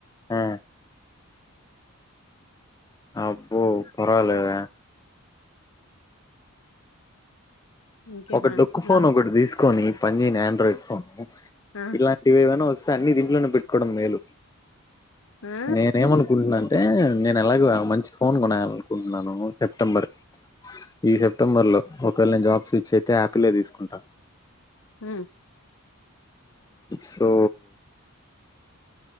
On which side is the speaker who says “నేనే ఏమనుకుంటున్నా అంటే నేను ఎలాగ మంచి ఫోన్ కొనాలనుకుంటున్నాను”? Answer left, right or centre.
Left